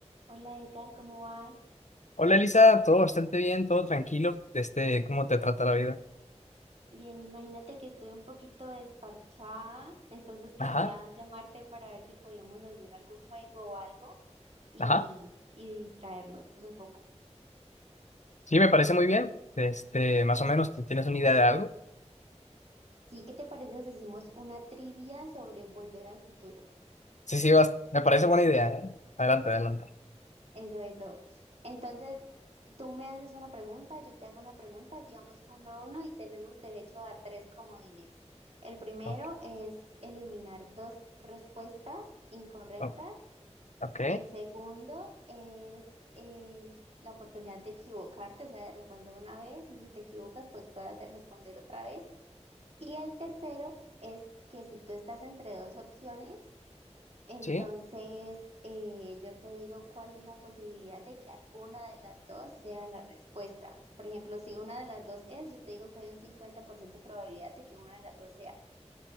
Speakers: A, on the right; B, on the left.
A: Hola Edgar, ¿cómo vas?
B: Hola Elisa, todo bastante bien, todo tranquilo. Este, ¿cómo te trata la vida?
A: Bien, imagínate que estoy un poquito desparchada, entonces quería
B: Ajá,
A: llamarte para ver si podíamos hacer algún juego o algo y,
B: ajá.
A: y distraernos un poco.
B: Sí, me parece muy bien. Este, más o menos, ¿tú ¿tienes una idea de algo?
A: Sí, ¿qué te parece si hacemos una trivia sobre volver al futuro?
B: Sí, sí, vas- me parece buena idea, ¿eh? Adelante, adelante.
A: Eso, eso. Entonces, tú me haces una pregunta, yo te hago una pregunta, así vamos uno a uno y tenemos derecho a tres comodines. El primero
B: Ok,
A: es eliminar dos respuestas incorrectas
B: ok, ok,
A: El segundo es el- la oportunidad de equivocarte, o sea, de responder una vez y si te equivocas, pues puedas de responder otra vez. Y el tercero es que si tú estás entre dos opciones, entonces
B: sí,
A: eh, yo te digo cuál es la posibilidad de que alguna de las dos sea la respuesta. Por ejemplo, si una de las dos es, yo te digo que hay un 50% probabilidad de que una de las dos sea.